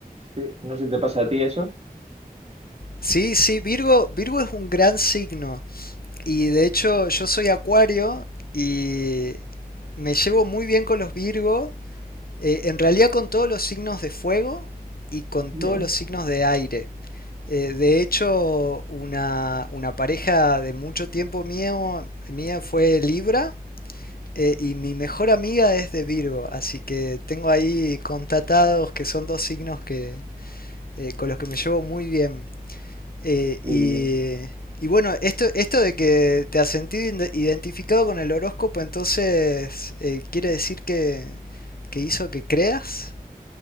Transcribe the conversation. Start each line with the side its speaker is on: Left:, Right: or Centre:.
Right: sí. No sé si te pasa a ti eso.
Left: Sí, sí, Virgo, Virgo es un gran signo. Y de hecho, yo soy Acuario y me llevo muy bien con los Virgo, eh, en realidad con todos los signos de fuego y con
Right: Bien.
Left: todos los signos de aire. Eh, de hecho, una, una pareja de mucho tiempo mío, mía fue Libra eh, y mi mejor amiga es de Virgo, así que tengo ahí contatados que son dos signos que, eh, con los que me llevo muy bien. Eh,
Right: Qué
Left: y,
Right: bien.
Left: y bueno, esto, esto de que te has sentido identificado con el horóscopo, entonces eh, quiere decir que, que hizo que creas.